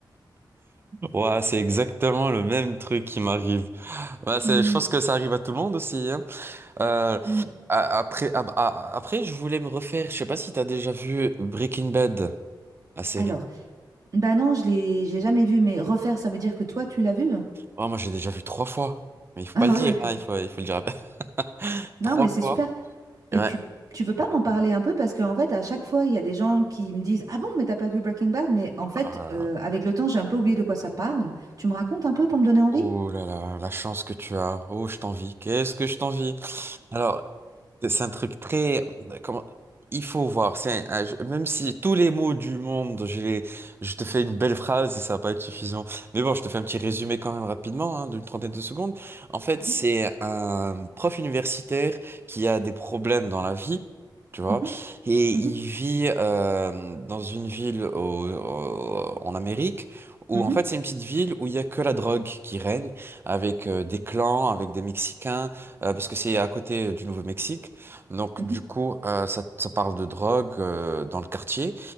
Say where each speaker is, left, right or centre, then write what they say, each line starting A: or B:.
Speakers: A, on the right; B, on the right.
A: Ouais, c'est exactement le même truc qui m'arrive. Ouais, c'est,
B: Mm,
A: je pense que ça arrive à tout le monde aussi, hein. Euh,
B: mm.
A: a- après, a- a- après, je voulais me refaire. Je sais pas si t'as déjà vu Breaking Bad, la série.
B: Alors, bah non, je l'ai, je l'ai jamais vu, mais refaire, ça veut dire que toi, tu l'as vu?
A: Oh, moi, j'ai déjà vu trois fois. Mais il faut
B: Ah
A: pas le dire,
B: ouais, donc-
A: hein, il faut, il faut le dire. <laughs>
B: non,
A: Trois
B: mais c'est
A: fois.
B: super. Mais
A: Ouais.
B: tu, tu veux pas m'en parler un peu parce qu'en fait, à chaque fois, il y a des gens qui me disent, Ah bon, mais t'as pas vu Breaking Bad? Mais en fait,
A: Oh là
B: euh,
A: là.
B: avec le temps, j'ai un peu oublié de quoi ça parle. Tu me racontes un peu pour me donner envie?
A: Oh là là, la chance que tu as. Oh, je t'envie. Qu'est-ce que je t'envie. Alors, C'est c'est un truc très... comment- Il faut voir. C'est un- un jeu- Même si tous les mots du monde, j'ai... je te fais une belle phrase et ça va pas être suffisant. Mais bon, je te fais un petit résumé quand même rapidement, hein, d'une trentaine de secondes. En fait,
B: Mhm,
A: c'est un prof universitaire qui a des problèmes dans la vie. Tu vois,
B: mhm.
A: et il
B: Mhm,
A: vit euh, dans une ville au- au- en Amérique où
B: mhm,
A: en fait c'est une petite ville où il y a que la drogue qui règne avec euh, des clans, avec des Mexicains, euh, parce que c'est à côté du Nouveau-Mexique. Donc,
B: mhm,
A: du coup, euh, ça, ça parle de drogue euh, dans le quartier.